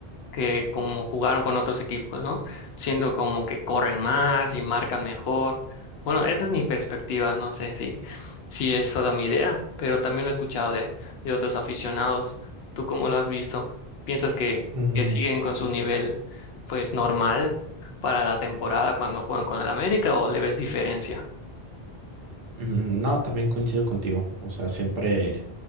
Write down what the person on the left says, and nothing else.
que como jugaron con otros equipos, ¿no? Siento como que corren más y marcan mejor. Bueno, esa es mi perspectiva, no sé si, si es solo mi idea, pero también lo he escuchado de, de otros aficionados. ¿Tú cómo lo has visto? ¿Piensas que,
que siguen con su nivel, pues, normal para la temporada cuando juegan con el América o le ves diferencia?